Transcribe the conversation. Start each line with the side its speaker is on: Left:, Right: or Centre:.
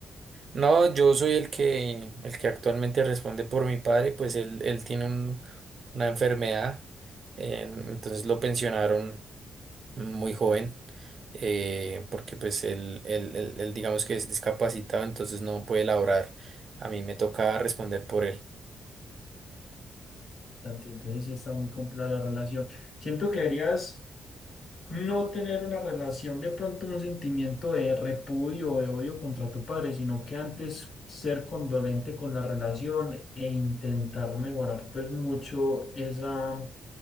Right: No, yo soy el que, el que actualmente responde por mi padre, pues él, él tiene un- una enfermedad, eh, entonces lo pensionaron muy joven, eh, porque pues él, él, él- él digamos que es discapacitado, entonces no puede laborar. A mí me toca responder por él.
Left: Santi, entonces sí está muy compleja la relación. Siento que deberías no tener una relación, de pronto un sentimiento de repudio o de odio contra tu padre, sino que antes ser condolente con la relación e intentar mejorar pues mucho esa,